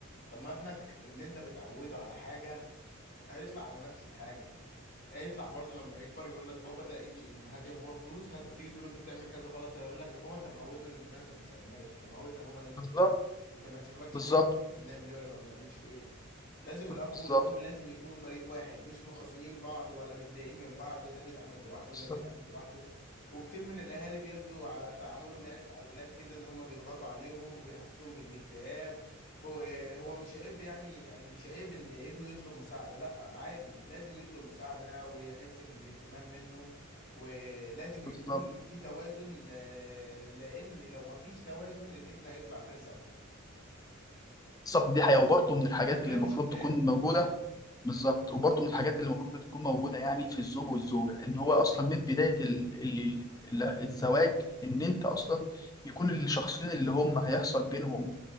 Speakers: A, on the left (about 45°); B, on the left (about 15°).
A: طب ما ابنك اللي أنت بتعوده على حاجة هيطلع على نفس الحاجة يطلع برضه لما يكبر يقول لك بابا ده اي تي ام هات يا بابا فلوس هات تيجي تقول له انت بتعمل كذا غلط هيقول لك يا بابا انت معودنا من زمان انت ما بتسالناش انت معودنا يا بابا ان انت
B: بالظبط
A: بتدينا فلوس انت ما تشغلكش
B: بالظبط
A: حاجه بقى احنا بنعمل ايه ولا ما بنعملش ايه لازم
B: بالظبط
A: الاب والام لازم يكونوا فريق واحد مش مخاصمين بعض ولا متضايقين من بعض ده بيتعامل لوحده
B: بالظبط
A: وده بيتعامل لوحده وكتير من الاهالي بيبدو على تعاملهم يعني مع الولاد كده ان هم بيضغطوا عليهم وبيحسسوهم بالاكتئاب هو هو مش عيب يعني يعني مش عيب ان ابنه يطلب مساعدة لا عادي لازم يطلب مساعدة ويحس بالاهتمام منه ولازم يكون
B: بالظبط
A: في توازن آه، لان لو ما فيش توازن الابن هيطلع غير سوي
B: بالظبط دي حقيقة وبرضه
A: ال-
B: من الحاجات
A: التربية
B: اللي المفروض
A: مش كتاب
B: تكون موجودة بالظبط وبرضه من الحاجات اللي المفروض تكون موجودة يعني في الزوج والزوجة إن هو أصلا من بداية ال... ال... ال- الزواج إن أنت أصلا يكون الشخصين اللي هم هيحصل بينهم